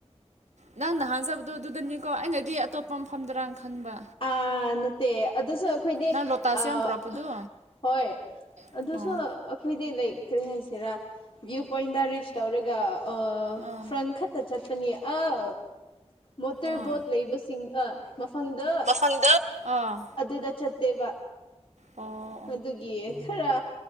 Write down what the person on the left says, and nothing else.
ꯑꯥ ꯅꯠꯇꯦ ꯑꯗꯨꯁꯨ ꯑꯩꯈꯣꯏꯗꯤ
ꯑꯥ
ꯍꯣꯏ ꯑꯗꯨꯁꯨ
ꯑꯩꯈꯣꯏꯗꯤ ꯂꯩ ꯀꯔꯤ ꯍꯥꯏꯁꯤꯔꯥ ꯚꯤꯌꯨ ꯄꯣꯏꯟꯗ ꯔꯤꯆ ꯇꯧꯔꯒ
ꯐ꯭ꯔꯟ ꯈꯛꯇ ꯆꯠꯄꯅꯤ ꯑꯥ ꯃꯣꯇꯣꯔꯕꯣꯠ
ꯂꯩꯕꯁꯤꯡ ꯑꯥ ꯃꯐꯝꯗꯣ
ꯑꯗꯨꯗ ꯆꯠꯇꯦꯕ
ꯑꯗꯨꯒꯤ ꯈꯔ